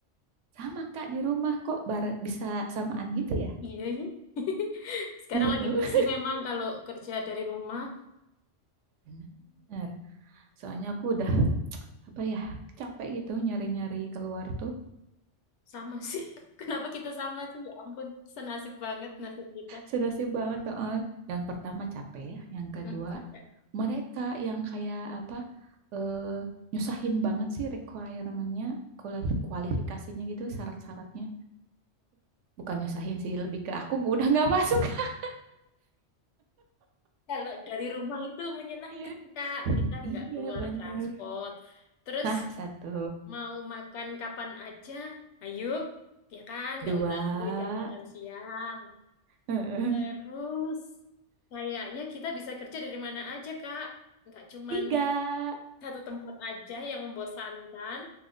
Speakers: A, on the right (about 80°); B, on the left (about 75°).
A: Sama Kak di rumah kok bar- bisa samaan gitu ya?
B: Iya ini. <laughs> Sekarang
A: Heeh.
B: lagi musim memang kalau kerja dari rumah
A: Bener. Soalnya aku udah apa ya capek gitu nyari-nyari keluar tuh
B: sama sih. <laughs> Kenapa kita sama sih? Ya ampun, senasib banget nasib kita.
A: Senasib banget heeh. Yang pertama capek ya, yang
B: Mm-mm,
A: kedua
B: capek.
A: mereka yang kayak apa eh, nyusahin banget sih requirementnya, kualif- kualifikasinya gitu, syarat-syaratnya. Bukan nyusahin sih, lebih ke aku udah nggak masuk. <laughs>
B: Kalau dari rumah itu menyenangkan,
A: Iya,
B: Kak. Kita nggak
A: iya
B: keluar
A: bener.
B: transport. Terus
A: Nah satu,
B: mau makan kapan aja, ayo. Ya kan, nggak
A: dua,
B: usah nunggu jam makan siang.
A: heeh,
B: Terus kayaknya kita bisa kerja dari mana aja, Kak. Nggak cuman
A: tiga.
B: satu tempat aja yang membosankan.